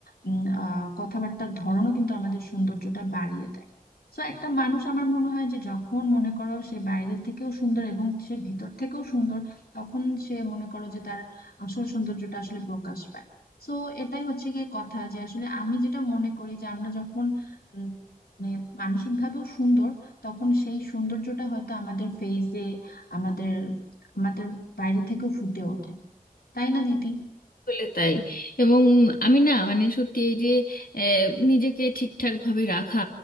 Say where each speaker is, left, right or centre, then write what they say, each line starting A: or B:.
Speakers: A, on the left; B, on the left.
A: উম, আহ, কথাবার্তার ধরনও কিন্তু আমাদের সৌন্দর্যটা বাড়িয়ে দেয় তো একটা মানুষ আমার মনে হয় যে যখন মনে করো সে বাইরের থেকেও সুন্দর এবং সে ভিতর থেকেও সুন্দর তখন সে মনে করো যে তার আসল সৌন্দর্যটা আসলে প্রকাশ পায় তো এটাই হচ্ছে গিয়ে কথা যে আসলে আমি যেটা মনে করি যে আমরা যখন উম, মানে মানসিক ভাবেও সুন্দর তখন সেই সৌন্দর্যটা হয়তো আমাদের ফেইসে আমাদের আমাদের বাইরে থেকেও ফুটে ওঠে তাই না দিদি
B: আসলে তাই এবং আমি না মানে সত্যি এই যে আহ, নিজেকে ঠিকঠাক ভাবে রাখা